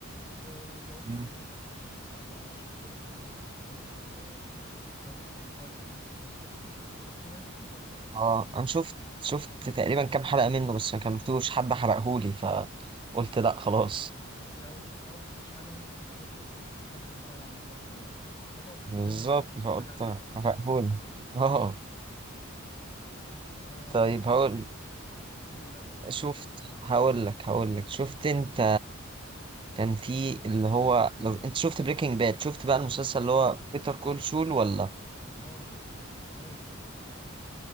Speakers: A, on the left; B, on the right.
A: وذا ووكينج
B: مم.
A: ديد الصراحة ارشحه لك طالما انت ما شفتوش وشفت برضو فايكنج لو شفته شفت فايكنج ولا لا
B: اه انا شفت شفت تقريبا كام حلقه منه بس ما كملتوش حد حرقهولي فقلت لا خلاص
A: لا دي أوس- اوحش حاجة ممكن تحصل لحد بيتفرج على مسلسل ولا حاجة خلاص
B: بالظبط
A: انت كده ما ينفعش تتفرج
B: فقلت
A: عليه
B: حرقهولي اه
A: طب آه
B: طيب
A: وشفت
B: هقول
A: ايه ت- قول لا قول
B: شفت هقول لك هقول لك شفت انت كان في اللي هو لو انت شفت بريكنج باد شفت بقى المسلسل اللي هو بيتر كول سول ولا
A: اه شفته لازم اشوفه